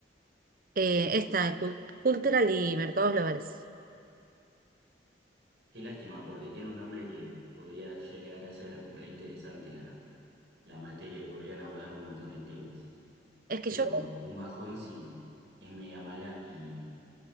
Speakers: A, on the right; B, on the right.
A: eh, esta cul- cultural y mercados globales.
B: Qué lástima, porque tiene un nombre que podría llegar a ser reinteresante la, la materia y podrían abordar un montón de temas.
A: Es que
B: Pero
A: yo,
B: un bajón sí es media mala y,